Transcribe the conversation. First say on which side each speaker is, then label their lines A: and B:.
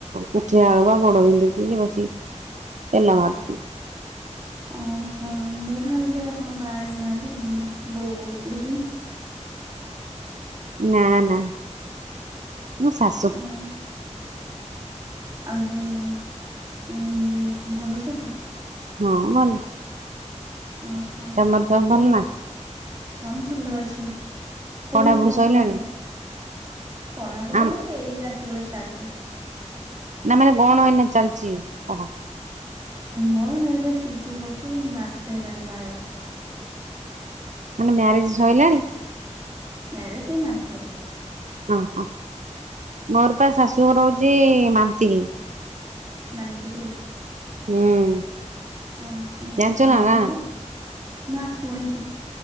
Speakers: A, on the right; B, on the right.
A: କୁଠିଆ ହାଡ କୁ ଗୋଡ ବିନ୍ଧୁଛି ଯେ ବସି ତେଲ ମାରୁଥିଲି।
B: ଓହୋ ମୁଁ ଭାବିଲି ଆପଣ ବାହା ହେଇ ନାହାନ୍ତି, ବୋଉ ବୋଉ କହୁଛନ୍ତି।
A: ନା ନା ମୁଁ ଶାଶୁ
B: ଆଁ ଆଉ ଯୋଉଁ ଭଲ ସବୁ?
A: ହଁ ଭଲ।
B: ଓହୋ।
A: ତମର ସବୁ
B: କୋଉଠି
A: ଭଲ ନା?
B: ହଁ ଭଲ ଅଛି
A: ପଢାପଢି
B: କୋଉଠି ଆପଣଙ୍କ
A: ସଇଲାଣି
B: ଘର ଟା? ପଢା ପଢି
A: ଆମ
B: ବୋଲି ଏଇ ରାତି ବେଳେ ଷ୍ଟାର୍ଟ ହବ।
A: ନା ମାନେ କଣ ଏଇନେ ଚାଲିଛି ପଢା?
B: ମୋର ଏବେ ପିଜି କରୁଛି ମାସେ ହେଲାଣି ବାହା ହେଉଛି।
A: ମାନେ ମ୍ୟାରେଜ ସଇଲାଣି?
B: ମ୍ୟାରେଜ ଏ ମାସେ ହେଲା।
A: ଓ ହୋ ମୋର ପା ଶାଶୁଘର ହଉଚି ମନ୍ତିରୀ।
B: ମନ୍ତୀରି।
A: ହୁଁ।
B: ଓ ହଁ ଆଉ
A: ଜାଣିଛ ନା
B: ବାପଘର?
A: ଗାଁ
B: ନା ଶୁଣିଛି